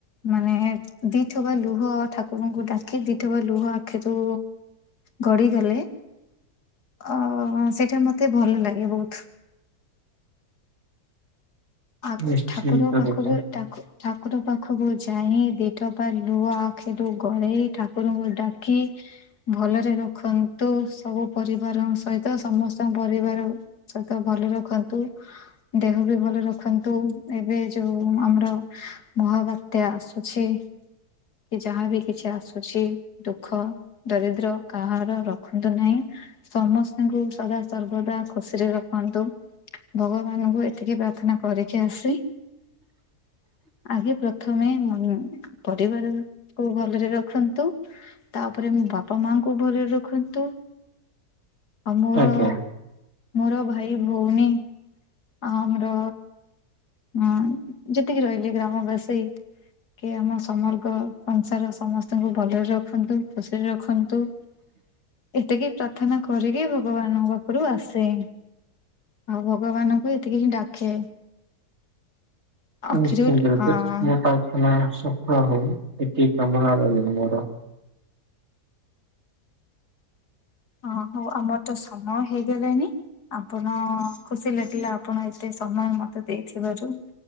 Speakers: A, on the left (about 80°); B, on the right (about 45°).
A: ମାନେ ଦିଥୁବା ଲୁହ ଠାକୁରଙ୍କୁ ଡାକି ଦିଥୁବା ଲୁହ ଆଖିରୁ ଗଡିଗଲେ ଅ ସେଟା ମତେ ଭଲ ଲାଗେ ବହୁତ୍। ଆ
B: ନିଶ୍ଚିନ୍ତ
A: ଠାକୁରଙ୍କ ପାଖକୁ
B: ରୂପେ
A: ଠାକୁ ଠାକୁର ପାଖକୁ ଯାଇ ଦି ଠବା ଲୁହ ଆଖିରୁ ଗଳେଇ ଠାକୁରଙ୍କୁ ଡା କି ଭଲରେ ରଖନ୍ତୁ ସବୁ ପରିବାର ସହିତ ସମସ୍ତ ପରିବାର ସହିତ ଭଲ ରଖନ୍ତୁ, ଦେହ ବି ଭଲ ରଖନ୍ତୁ ଏବେ ଯୋଉ ଆମର ମହାବାତ୍ୟା ଆସୁଛି। କି ଯାହାବ କିଛି ଆସୁଛି ଦୁଃଖ ଦରିଦ୍ର କାହାର ରଖନ୍ତୁ ନାହିଁ। ସମସ୍ତଙ୍କୁ ସଦା ସର୍ବଦା ଖୁସିରେ ରଖନ୍ତୁ। ଭଗବାନଙ୍କୁ ଏତିକି ପ୍ରାର୍ଥନା କରିକି ଆସି
B: <inaudible>
A: ଆଗେ ପ୍ରଥମେ ପରିବାର କୁ ଭଲରେ ରଖନ୍ତୁ। ତାପରେ ମୋ ବାପା ମାଙ୍କୁ ଭଲରେ ରଖନ୍ତୁ। ଆଉ ମୋର
B: ଆଜ୍ଞା
A: ମୋର ଭାଇ ଭଉଣୀ ଆ ଆମର ହଁ ଯେତିକି ରହିଲେ ଗ୍ରାମବାସୀ କି ଆମ ସମର୍ଗ୍ର ସଂସାର ସମସ୍ତଙ୍କୁ ଭଲରେ ରଖନ୍ତୁ ଖୁସିରେ ରଖନ୍ତୁ।
B: <inaudible>
A: ଏତିକି ପ୍ରାର୍ଥନା କରିକି ଭଗବାନଙ୍କ ପାଖରୁ ଆସେ। ଆଉ ଭଗବାନଙ୍କୁ ଏତିକି ହିଁ ଡାକେ।
B: ନିଶ୍ଚିନ୍ତ
A: ଆଖିରୁ
B: ରୂପେ
A: ଅ
B: ତୁମ ପ୍ରାର୍ଥନା ସଫଳ ହଉ ଏତିକି କାମନା ରହିବ ମୋର।
A: ଓ ହଉ ଆମର ତ ସମୟ ହେଇଗଲାଣିି। ଆପଣ ଖୁସି ଲାଗିଲା ଆପଣ ଏତେ ସମୟ ମତେ ଦେଇଥିବାରୁ।